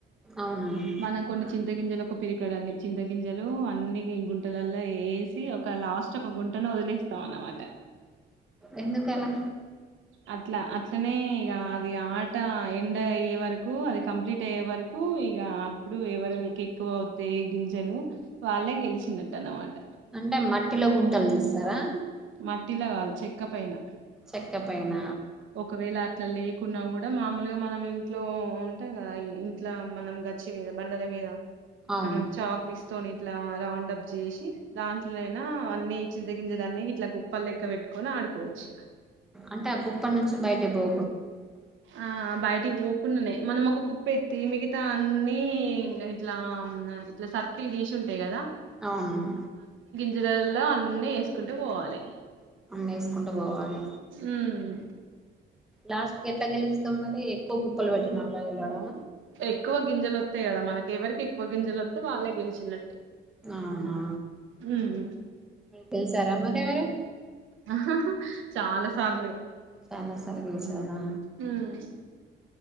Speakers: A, in the centre; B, on the right.
A: అవునా
B: మనం కొన్ని చింత గింజల ఒక పిరికడ్ అన్ని చింత గింజలు అన్ని గుంటలలో వేసి ఒక లాస్ట్ ఒక గుంటను వదిలేస్త స్త అన్నమాట
A: ఎందుకలా
B: అట్లా అట్లనే ఇక అది ఆట ఎండ్ అయ్యే వరకు అది కంప్లీట్ అయ్యే వరకు ఇక అప్పుడు ఎవరికి ఎక్కువ అవుతాయి గింజలు వాళ్ళే గెలిచినట్టు అనమాట
A: అంటే మట్టిలో గుంటలు తీస్తారా
B: మట్టిలా కాదు చెక్క పైన
A: చెక్క పైన
B: ఒకవేళ అట్లా లే కున్నా కూడా మామూలుగా మనం ఇంట్లో ఉంటాం కదా ఇంట్ల మనం గచ్చి మీద బండల మీద
A: అవును
B: మనం చా పస్త త ఇట్లా రౌండ్ అప్ చేసి దాంట్లోనా అన్ని చింత గంజలు అన్ని ఇట్లా కుప్పల్ లెక్క పెట్టుకొని ఆడుకోవచ్చు
A: అంటే ఆ గుప్ప నుంచి బయట పో
B: ఆ బయటి మనం ఒక కుప్ప ఎత్తి మిగతా అన్ని ఇట్లా ఇట్లా సర్కిల్ తీసి అంతయి కదా
A: అవును
B: గజలల్లో అన్ని వేసుకుంటూ పోవాలి
A: వేసుకుంటూ పోవాలి
B: మ్మ్
A: లాస్ట్ కి ఎలా గెలుస్తాం మరి ఎక్కువ కుప్పలు పెట్టినంలా వెళ్లడం
B: ఎక్కువ గింజలు వస్తాయి కదా మనకి ఎవరికి ఎక్కువ గింజలు వస్తే వాళ్ళే గెలిచినట్టు
A: అవునా
B: మ్మ్
A: తెలుసా రా మరి అ వరి
B: ఆ చాలా సార్లు
A: చాలా సార్లు కలిసారా
B: మ్మ్